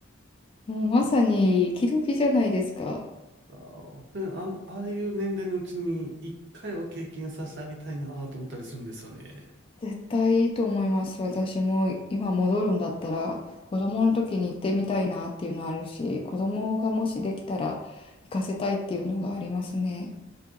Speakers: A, on the left (about 25°); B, on the right (about 55°).
A: もうまさに、気時々じゃないですか。
B: あーで、あ、ああいう年代のうちに一回は経験させてあげたいなと思ったりするんですよね。
A: 絶対いいと思います。私も今戻るんだったら、子供の時に行ってみたいなっていうのあるし、子供がもしできたら行かせたいっていうのがありますね。